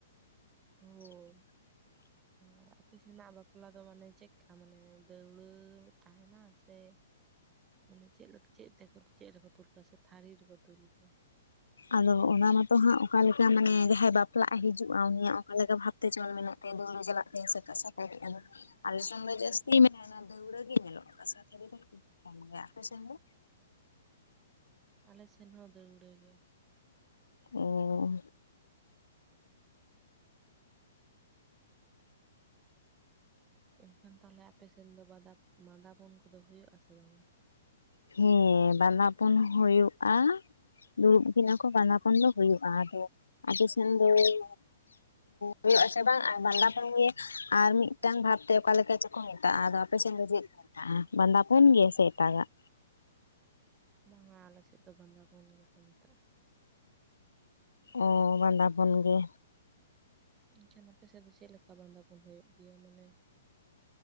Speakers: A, on the left (about 75°); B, on the right (about 20°).
A: <inaudible>
B: ᱦᱳᱭ ᱟᱨ ᱟᱯᱮ ᱥᱮᱱᱟᱜ ᱵᱟᱯᱞᱟ ᱫᱚ ᱢᱟᱱᱮ ᱪᱮᱫᱠᱟ ᱢᱟᱱᱮ ᱫᱟᱹᱣᱲᱟᱹ ᱛᱟᱦᱮᱱᱟ ᱥᱮ ᱢᱟᱱᱮ ᱪᱮᱫ ᱞᱮᱠᱟ ᱪᱮᱫ ᱛᱮᱠᱚ ᱪᱮᱫ ᱨᱮᱠᱚ ᱛᱩᱞ ᱠᱚᱣᱟ ᱥᱮ ᱛᱷᱟᱹᱨᱤ ᱨᱮᱠᱚ ᱛᱩᱞ ᱠᱚᱣᱟ?
A: ᱟᱫᱚ ᱚᱱᱟ ᱢᱟᱛᱚ ᱦᱟᱸᱜ ᱚᱠᱟ ᱞᱮᱠᱟ ᱢᱟᱱᱮ ᱡᱟᱦᱟᱸᱭ ᱵᱟᱯᱞᱟᱜ ᱮ ᱦᱤᱡᱩᱜ-ᱟ ᱩᱱᱤᱭᱟᱜ ᱚᱠᱟ ᱞᱮᱠᱟ ᱵᱟᱵ- ᱛᱮ ᱪᱚᱞ ᱢᱮᱱᱟᱜ ᱛᱟᱭ ᱫᱟᱹᱣᱲᱟᱹ ᱪᱟᱞᱟᱜ ᱛᱮ ᱥᱮ <inaudible> ᱟᱞᱮ ᱥᱮᱱ ᱫᱚ ᱡᱟᱹᱥᱛᱤ ᱢᱮᱱᱟᱜ-ᱟ᱾ ᱫᱟᱹᱣᱲᱟᱹ ᱜᱮ ᱧᱮᱞᱚᱜ-ᱟ ᱠᱟᱥᱟ ᱛᱷᱟᱹᱨᱤ ᱫᱚ ᱠᱷᱩᱵ ᱠᱚᱢ ᱜᱮ᱾ ᱟᱯᱮ ᱥᱮᱱ ᱫᱚ?
B: ᱟᱞᱮ ᱥᱮᱱ ᱦᱚᱸ ᱫᱟᱹᱣᱲᱟᱹ ᱜᱮ᱾
A: ᱳᱻ
B: ᱮᱱᱠᱷᱟᱱ ᱛᱟᱦᱚᱞᱮ ᱟᱯᱮ ᱥᱮᱱ ᱫᱚ ᱵᱟᱫᱟ ᱵᱟᱸᱫᱟ ᱯᱚᱱ ᱠᱚᱫᱚ ᱦᱩᱭᱩᱜ-ᱟ ᱥᱮ ᱵᱟᱝᱟ?
A: ᱦᱮᱸ ᱵᱟᱸᱫᱟ ᱯᱚᱱ ᱦᱩᱭᱩᱜᱼᱟ᱾ ᱫᱩᱲᱩᱵ ᱠᱤᱱᱟ ᱠᱚ ᱵᱟᱸᱫᱟ ᱯᱚᱱ ᱫᱚ ᱦᱩᱭᱩᱜ-ᱟ ᱟᱫᱚ ᱟᱯᱮ ᱥᱮᱱ ᱫᱚ ᱚᱱᱮ ᱦᱩᱭᱩᱜ-ᱟ ᱥᱮ ᱵᱟᱝ ᱟᱨ ᱵᱟᱸᱫᱟ ᱯᱚᱱ ᱜᱮ ᱟᱨ ᱢᱤᱫᱴᱟᱝ ᱵᱷᱟᱵ ᱛᱮ ᱚᱠᱟᱞᱮᱠᱟ ᱪᱚᱝ- ᱠᱚ ᱢᱮᱛᱟᱜ-ᱟ ᱟᱫᱚ ᱟᱯᱮ ᱥᱮᱫ ᱫᱚ ᱪᱮᱫ ᱠᱚᱟᱜ-ᱟ ᱵᱟᱸᱫᱟ ᱯᱚᱱ ᱜᱮ ᱥᱮ ᱮᱴᱟᱜᱟᱜ?
B: ᱵᱟᱝᱟ ᱟᱞᱮ ᱥᱮᱫ ᱫᱚ ᱵᱟᱸᱫᱟ ᱯᱚᱱ ᱜᱮᱠᱚ ᱢᱮᱛᱟᱜ-ᱟ?
A: ᱚᱻ ᱵᱟᱸᱫᱟ ᱵᱚᱱ ᱜᱮ᱾
B: ᱮᱱᱠᱷᱟᱱ ᱟᱯᱮ ᱥᱮᱫ ᱫᱚ ᱪᱮᱫ ᱞᱮᱠᱟ ᱵᱟᱸᱫᱟ ᱯᱚᱱ ᱦᱩᱭᱩᱜ ᱜᱮᱭᱟ᱾ ᱢᱟᱱᱮ